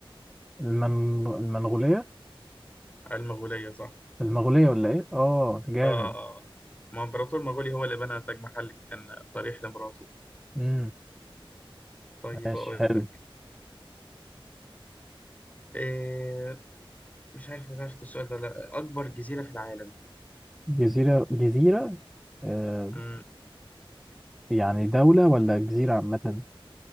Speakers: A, in the centre; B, on the left.
A: المن... المنغولية
B: المغوليه صح
A: المغولية ولا ايه اه جامد
B: اه آه. آه. ما امبراطور مغولي هو اللي بنى تاج محل كان ضريح لمراته
A: امم
B: طيب
A: ماشي
B: اقول
A: حلو
B: لك إيه مش عارف إذا عرفت السؤال ده ولا لأ. أكبر جزيرة في العالم
A: جزيرة جزيرة آه
B: مم.
A: يعني دولة ولا جزيرة عامة